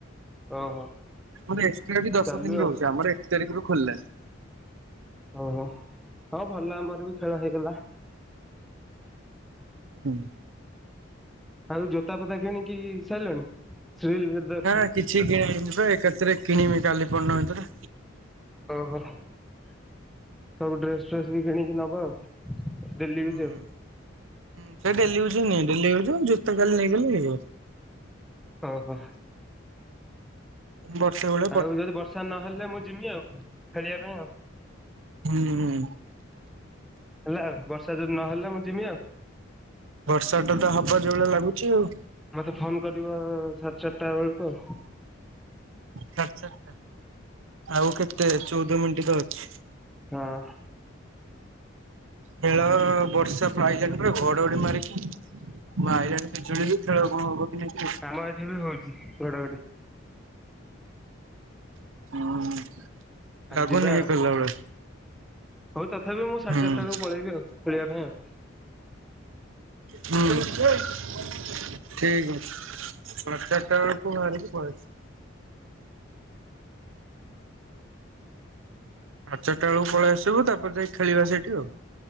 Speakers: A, in the centre; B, on the right (about 75°).
A: ଓହୋ
B: ମୋର ଏକ୍ସଟ୍ରା ବି ଦଶ
A: ଚାଲୁ
B: ଦିନ
A: ଆଉ
B: ରହୁଚି ଆମର ଏକ ତାରିଖରୁ ଖୋଲିଲାଣି।
A: ଓହୋ ହଉ ଭଲ ଆମର ବି ଖେଳ ହେଇଗଲା।
B: <inaudible>
A: ଆଉ ଜୋତା ଫୋତା କିଣିକି ସାଇଲଣି ଶ୍ରୀ ଲେଦ୍
B: ନାଁ କିଛି କିଣା ହେଇନି ପା ଏକାତ୍ରେ କିଣମି କାଲି ପରଦିନ ଭିତେରେ।
A: ଓହୋ ସବୁ ଡ୍ରେସ୍ ଫ୍ରେସ୍ ବି କିଣିକି ନବ ଆଉ। ଡେଲି ୟୁଜ
B: ହୁଁ ହୁଁ ସେ ଡେଲି ୟୁଜୁ ନିଏ ଡେଲି ୟୁଜୁ ଜୋତ କାଲି ନେଇଗଲେ ହେଇଗଲା।
A: ଓହୋ।
B: ବର୍ଷେ ଭଳି।
A: ଆଉ ଯଦି ବର୍ଷା ନହେଲେ ମୁଁ ଯିମି ଆଉ ଖେଳିଆ ପାଇଁ ଆଉ।
B: ହୁଁ।
A: ହେଲା ଆଉ ବର୍ଷା ଯଦି ନହେଲା ମୁଁ ଯିମି ଆଉ।
B: ବର୍ଷାଟା ତ ହବ ଯୋଉଭଳିଆ ଲାଗୁଚି ଆଉ।
A: ମତେ ଫୋନ୍ କରିବ ସାଡ୍ ଚାରଟା ବେଳୁକୁ।
B: ସାଡ୍ ଚାରଟା ଆଉ କେତେ ଚଉଦ ମିଣ୍ଟି ତ ଅଛି।
A: ହଁ।
B: ଖେଳ ବର୍ଷା ପ୍ରାଇଜ ଆଣିଥିଲ ଘଡଘଡି ମାରିକି। ମାଇଲାଣି ବିଜୁଳି ଯେ ଖେଳ କଣ ହବ କି ନାଇଁ।
A: ଆମ ଏଠି ବି ହଉଚି ଘଡଘଡି।
B: ହୁଁ ଲାଗୁନି
A: ଆଉ ଯିବା ଆଉ
B: ହେଇପାରିଲା ଭଳିଆ।
A: ହଉ ତଥାପି ମୁଁ ସାଡ୍
B: ହୁଁ
A: ଚାରଟା
B: ହୁଁ।
A: ବେଳୁକୁ ପଳେଇବି ଆଉ ଖେଳିବା ପାଇଁ ଆଉ।
B: ହୁଁ। ଠିକ୍
A: ହଉ
B: ଅଛି ସାଡ୍ ଚାରଟା ବେଳୁକୁ ବାହାରିକି ପଳେଇ ଆସ୍। ଆଡ୍ ଚାରଟା ବେଳୁକୁ ପଳେଇ ଆସିବୁ ତାପରେ ଯାଇ ଖେଳିବା ସେଇଠି ଆଉ